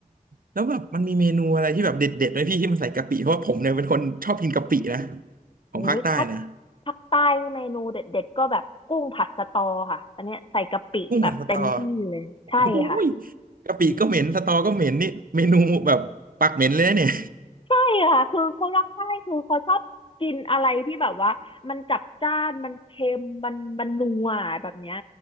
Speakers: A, on the right; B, on the left.
A: แล้วแบบมันมีเมนูอะไรที่แบบเด็ดๆไหมพี่ที่มันใส่กะปิเพราะว่าผมเนี่ยเป็นคนชอบกินกะปินะ
B: โอ้ยถ้า
A: ของภาคใต้นะ
B: ภาคใต้นี่เมนูเด็ดๆก็แบบกุ้งผัดสะตอค่ะอันเนี้ยใส่กะปิแบบเต็มที่เลยใช่ค่ะ
A: กุ้งผัดสตอโอ้ยกะปิก็เหม็นสตอก็เหม็นนี่เมนูแบบปากเหม็นเลยนะเนี่ย
B: ใช่ค่ะคือคนรักใต้คือเขาชอบกินอะไรที่แบบว่ามันจัดจ้านมันเค็มมันมันนัวแบบเนี้ย